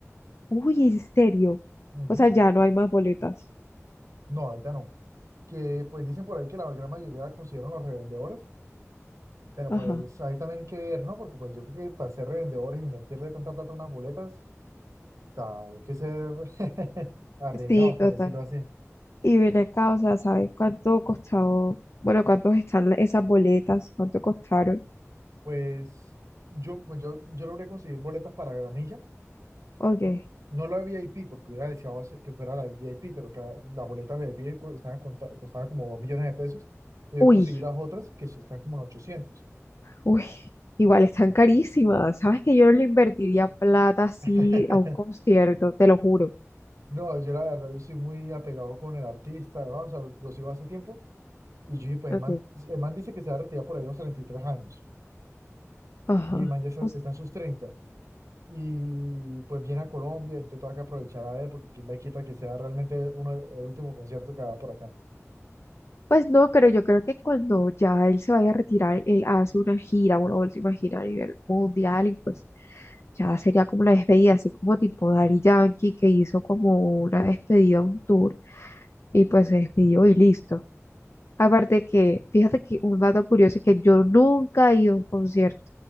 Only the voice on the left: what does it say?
Uy, en serio.
O sea, ya no hay más boletas.
Ajá.
Sí,
total.
Y ven acá, o sea, ¿sabes cuánto costó? Bueno, ¿cuántos están la- esas boletas? ¿Cuánto costaron?
Ok.
Uy,
uy. Igual están carísimas. ¿Sabes que yo no le invertiría plata así
a un concierto? Te lo juro.
Ok.
Ajá.
O s-
Pues no, pero yo creo que cuando ya él se vaya a retirar, él hace una gira, una última gira a nivel mundial y pues ya sería como la despedida, así como tipo Daddy Yankee que hizo como una despedida, un tour y pues se despidió y listo. Aparte que, fíjate que un dato curioso es que yo nunca he ido a un concierto,